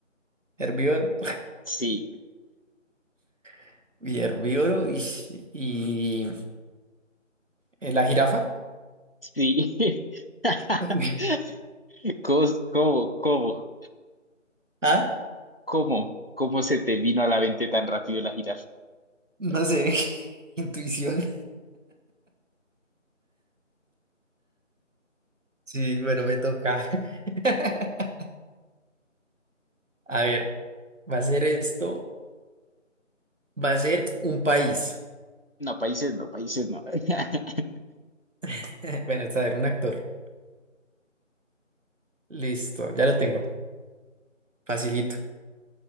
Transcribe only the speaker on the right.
herbívoro
<laughs> y herbívoro y, y eh, la jirafa.
<laughs>
Ah,
no sé. <laughs> Intuición. Sí, bueno, me toca. <laughs> A ver, va a ser esto, va a ser un país.
<laughs> Bueno, está a ver, un actor. Listo, ya lo tengo. Facilito.